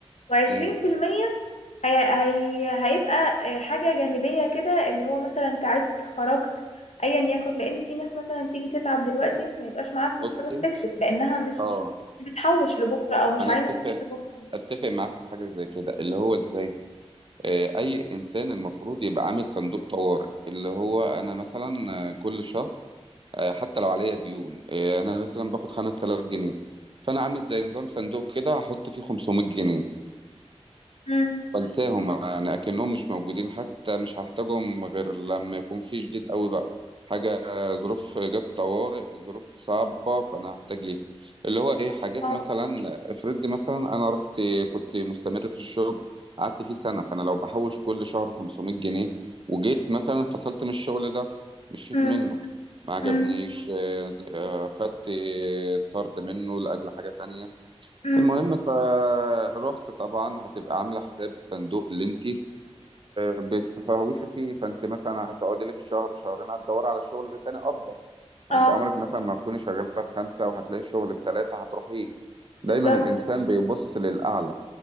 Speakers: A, on the left; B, on the right.
A: و20%
B: مم.
A: هي هي هيبقى آه، حاجة جانبية كده اللي هو مثلا تعبت خرجت ايا يكن لان في ناس مثلا تيجي تتعب دلوقتي ما يبقاش معاها فلوس
B: بصي
A: تروح تكشف لانها مش
B: اه
A: مش بتحوش لبكرة او مش
B: انا
A: عاينة
B: اتفق
A: فلوس لبكرة
B: اتفق معاك في حاجه زي كده اللي هو ازاي آه، اي انسان المفروض يبقى عامل صندوق طوارئ اللي هو انا مثلا آه، كل شهر آه، حتى لو عليا ديون آه، انا مثلا باخد 5000 جنيه فانا عامل زي نظام صندوق كده هحط فيه 500 جنيه
A: امم
B: بنساهم يعني اكنهم مش موجودين حتى مش هحتاجهم غير لما يكون في شديد قوي بقى حاجه ظروف جت طوارئ ظروف صعبه فانا هحتاج ليه اللي هو ايه حاجات
A: اه
B: مثلا افرض مثلا انا رحت كنت مستمر في الشغل قعدت فيه سنه فانا لو بحوش كل شهر 500 جنيه وجيت مثلا انفصلت من الشغل ده مشيت
A: امم
B: منه ما عجبنيش
A: امم
B: آه، آه، خدت طرد منه لاجل حاجه تانية
A: امم
B: المهم فروحت طبعا هتبقى عامله حساب الصندوق اللي انت بتحوشي فيه فانت مثلا هتقعدي لك شهر شهرين هتدوري على شغل تاني افضل
A: اه
B: انت عمرك مثلا ما تكوني شغاله بخمسه وهتلاقي شغل بتلاته هتروحيه
A: بالظبط
B: دايما الانسان بيبص للاعلى